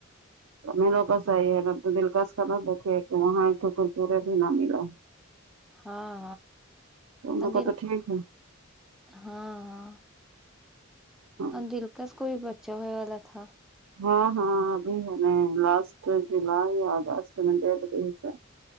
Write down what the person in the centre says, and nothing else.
ہاں
ہاں دل
ہاں ہاں
اور دلکس کوئی بچا ہوئے والا تھا